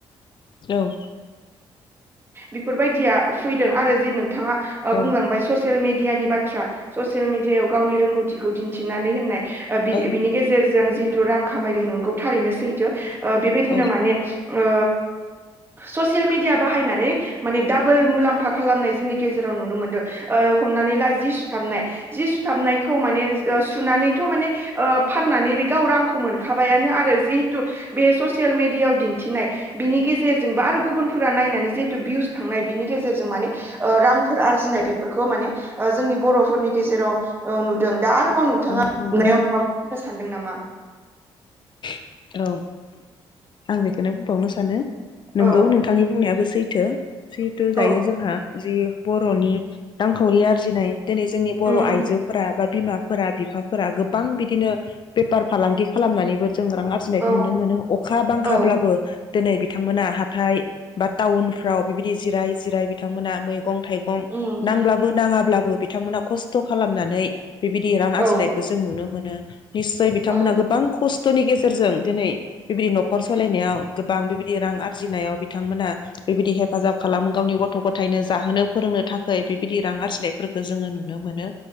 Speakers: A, on the left; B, on the right.
A: औ।
B: बेफोरबायदिया फैदों आरो जे नों थाङा ओ
A: औ
B: बुंलांबाय ससियेल मेडि डियानि बाथ्रा। ससियेल मिडियाायाव गावनि रोंगौ बिखौ दिन्थिनानै होननाय ओ बि-बिनि
A: औ
B: गेजेरजों जि रां खामायदों नोंगौ थारैनो सैथो। ओ बेबायदिनो
A: औ
B: माने ओ ससियेल मिडिया बाहायनानै माने डाबोल मुलाम्फा खालामनाय जोंनि गेजेराव नुनो मोनदों। ओ हमनानै ला जि सुथाबनाय जि सुथाबनायखौ माने सुनानैथ' माने ओ फाननानै बे गाव रांखौ मोनखाबायानो आरो जि थु बे ससियेल मिडियाआव दिन्थिनाय बिनि गेजेरजों बा आरो गुबुनफोरा नायनानै जे थु भिउस थांनाय बिनि गेजेर जों माने ओ रांफोर आरजिनाय बेफोरखौ माने ओ जोंनि बर'फोरनि गेजेराव ओ नुदों। दा आरोबाव नोंथाङा
A: औ
B: नुनायाव
A: नंगौ
B: माब बुंनो सानदों नामा?
A: औ ओहोम आं बेखौनो बुंबावनो सानो नोंगौ
B: औ
A: नोंथांनि बुंनायाबो सैथो। जिहेतु
B: औ
A: दायो जोंहा जि बर'नि रांखावरि आरजिनाय दिनै जोंनि बर'
B: उम
A: आइजोफोरा बा बिमाफोरा बिफाफोरा गोबां बिदिनो बेफार फालांगि खालामनानैबो जों रां फुजिनायखौ
B: औ
A: नुनो मोनो अखा बांखाब्लाबो
B: औ
A: दिनै बिथांमोना हाथाय बा टाउनफ्राव बिबायदि जिराय जिराय बिथांमोना मै गं थाइगं
B: उम
A: नांब्लाबो नाङाब ब्लाबो बिथांमोना खस्थ' खालामनानै बेबायदि रां आरजिनायखौ
B: औ
A: जों नुनो मोनो निस्सय बिथांमोनहा
B: औ
A: गोबां खस थ'नि गेस सोरजों दिनै बेबायदि न'खर सालायनायाव गोबां बेबायदि रां आरजिनायाव बिथांमोना बेबायदि हेफाजाब खालामो गावनि गथ' गथायनो जाहोनो फोरोंनो थाखाय बेबायदि रां आरजिनायफोरखौ जोङो नुनो मोनो